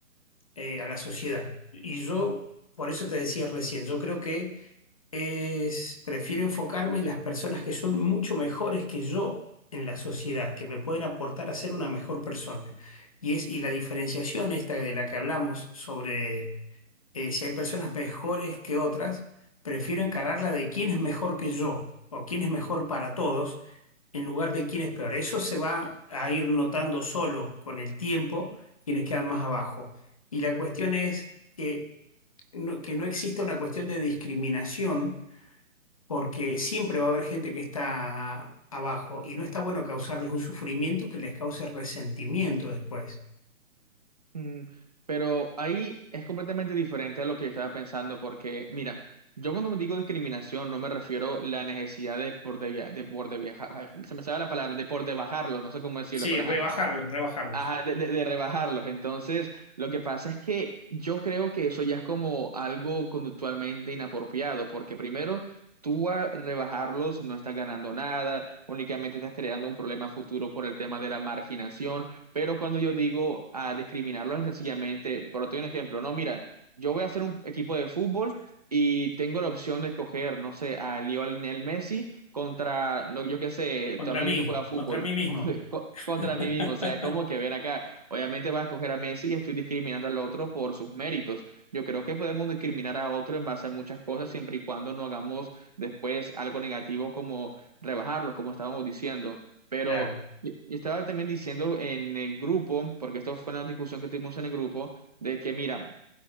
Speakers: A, on the left; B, on the right.
A: eh, a la sociedad. Y yo, por eso te decía recién, yo creo que es, prefiero enfocarme en las personas que son mucho mejores que yo en la sociedad, que me pueden aportar a ser una mejor persona. Y es, y la diferenciación esta de la que hablamos sobre eh, si hay personas mejores que otras, prefiero encararla de quién es mejor que yo o quién es mejor para todos en lugar de quién es peor. Eso se va a ir notando solo con el tiempo quienes quedan más abajo. Y la cuestión es que no, que no exista una cuestión de discriminación porque siempre va a haber gente que está abajo y no está bueno causarles un sufrimiento que les cause resentimiento después.
B: Mm, Pero ahí es completamente diferente a lo que estaba pensando, porque, mira, yo cuando me digo discriminación no me refiero a la necesidad de por de, via- de, por de viajar, ay, se me sale la palabra, de por de bajarlo, no sé cómo decirlo,
A: Sí,
B: pero
A: rebajarlos,
B: ajá,
A: rebajarlos.
B: Ajá, de, de- de rebajarlos. Entonces, lo que pasa es que yo creo que eso ya es como algo conductualmente inapropiado, porque primero, tú a rebajarlos no estás ganando nada, únicamente estás creando un problema futuro por el tema de la marginación, pero cuando yo digo a discriminarlos es sencillamente, por doy un ejemplo, no, mira, yo voy a hacer un equipo de fútbol y tengo la opción de escoger, no sé, a Lionel Messi contra, no, yo qué sé,
A: Contra
B: tu amigo
A: mí,
B: que juega fútbol,
A: contra mí mismo.
B: <laughs> contra, co- contra
A: <laughs>
B: mí mismo. O sea, es como que ven acá. Obviamente vas a escoger a Messi y estoy discriminando al otro por sus méritos. Yo creo que podemos discriminar a otro en base a muchas cosas, siempre y cuando no hagamos después algo negativo como rebajarlo, como estábamos diciendo. Pero
A: Claro.
B: y- y estaba también diciendo en el grupo, porque esto fue una discusión que tuvimos en el grupo, de que, mira,